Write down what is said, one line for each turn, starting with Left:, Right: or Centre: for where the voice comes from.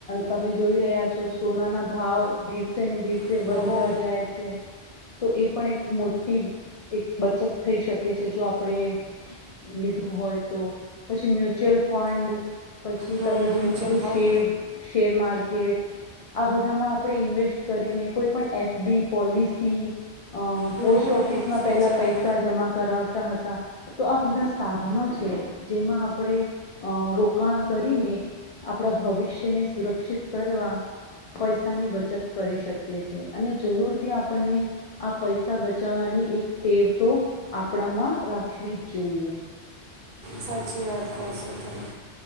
Left: તમે જોઈ રહ્યા છો સોના ના ભાવ દિવસે ને દિવસે. તે
Right: બહુ
Left: વધતા જાય છે તો એ. પણ એક. મોટી એક બચત થઈ શકે છે જો આપણેે લીધું હોય તો પછી મ્યુચ્યુઅલ ફંડ. પછી
Right: મ્યુચ્યુઅલ
Left: તમે જેમ કીધું શેર શેર માર્કેટ. બધામાં આપણે ઈન્વેસ્ટ કરીને કોઈ પણ એફડી પોલિશી.
Right: ફંડ
Left: પોસ્ટ ઓફિસમાં
Right: સાચી
Left: પહેલા પૈસા
Right: વાત
Left: જમા કરાવ. હતા તો આ બધા સાધનો છે જેમાં આપણે અ રોકાણ કરીને આપણા ભવિષ્યને સુરક્ષિત કરવા પૈસાની બચત કરી શકીએ છીએ અને જરૂરથી આપણને આ પૈસા. બચાવવાની એક ટેવ તો આપણામાં રાખવી જ જોઈએ.
Right: સાચી વાત કો છો તમે.